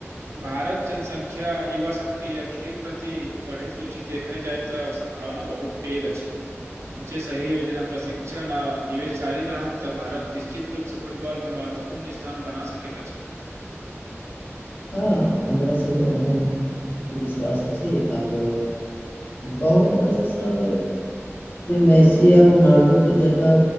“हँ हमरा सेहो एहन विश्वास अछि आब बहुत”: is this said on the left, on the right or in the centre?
Left